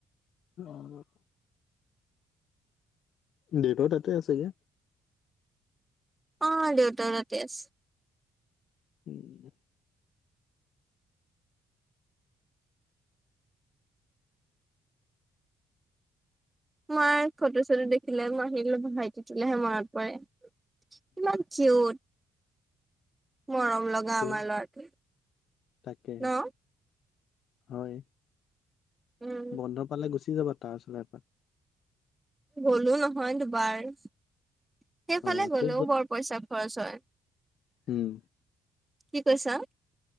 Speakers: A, on the left; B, on the right.
A: অ' দেউতাও তাতে আছেগে।
B: অ দেউতাও তাতে আছে।
A: উম!
B: মই ফটো চটো দেখিলে মই আহিলো ভাইটিটোলেহে মনত পৰে, ইমান কিউট মৰম লগা
A: উম
B: আমাৰ ল'ৰাটো
A: তাকে
B: ন
A: হয়।
B: উম
A: বন্ধ পালে গুচি যাবা তাৰ ওচৰলৈ এপাক
B: গ'লো নহয় দুবাৰ সেইফালে
A: অ আকৌ
B: গলেও বৰ পইচা খৰচ হয়।
A: হম!
B: কি কৈছা?